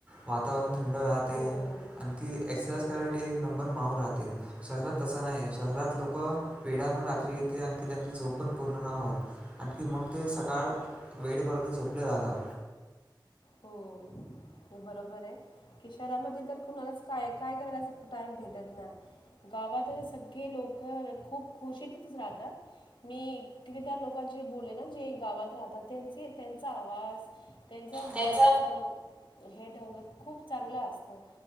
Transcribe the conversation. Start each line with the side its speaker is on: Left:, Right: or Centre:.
Right: वातावरण थंड राहते
Left: हो
Right: आणखी एक्सरसाईज करायसाठी एक नंबर माहल राहते शहरात तसं नाही आहे शहरात लोक वेढानं रात्री येते आणखी त्यांची झोप पण पूर्ण न होत आणखी मग ते सकाळ वेळेपर्यंत झोपले राहतात
Left: हो हे बरोबर आहे कि शहरामध्ये तर कुणालाच काय काय करायच टाइम भेटत नाही गावात सगळे लोक खूप खुशीतच राहतात मी कती त्या लोकांचे बोलले ना जे गावात राहतात त्यांचे त्यांचा आवाज त्यांच
Right: त्यांचा
Left: बोलायचं हे ढंग खूप चांगलं असतं